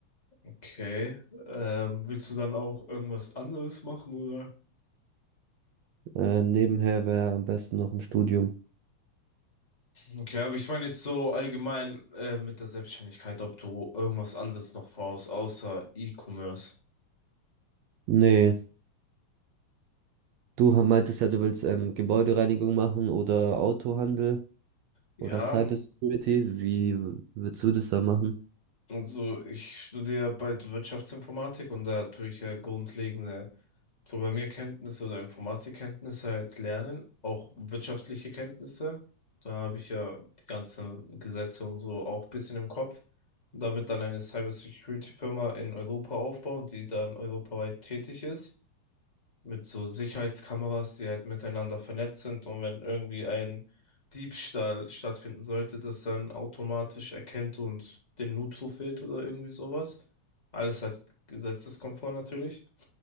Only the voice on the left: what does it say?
Okay. Ähm, willst du dann auch irgendwas anderes machen, oder?
Okay, aber ich meine jetzt so allgemein äh, mit der Selbstständigkeit, ob du irgendwas anderes noch vorhast, außer E-Commerce.
Ja,
Also ich studiere ja bald Wirtschaftsinformatik und da tue ich ja grundlegende Programmierkenntnisse oder Informatikkenntnisse halt lernen, auch wirtschaftliche Kenntnisse. Da habe ich ja die ganzen Gesetze und so auch ein bisschen im Kopf. Und damit dann eine Cybersecurity-Firma in Europa aufbauen, die dann europaweit tätig ist mit so Sicherheitskameras, die halt miteinander vernetzt sind und wenn irgendwie ein Diebstahl stattfinden sollte, das dann automatisch erkennt und den Notruf wählt oder irgendwie sowas. Alles halt gesetzeskonform natürlich.